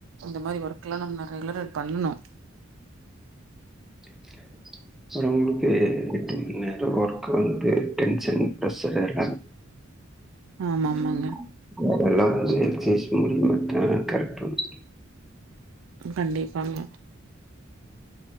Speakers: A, on the right (about 75°); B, in the centre.
A: அந்த மாரி ஒர்க் எல்லா நம் ரெகுலரேட் பண்ணனு.
B: <inaudible> <unintelligible> எட்டு மண் நேரோ ஒர்க் வந்து டென்ஷன் ப்ரஷர் எல்லாம்
A: ஆமா, ஆமாங்க.
B: <inaudible> எல்லாத்தியு எக்சைஸ் மூலியமாத்தா கரட் பண்ண முடியு.
A: கண்டிப்பாங்க.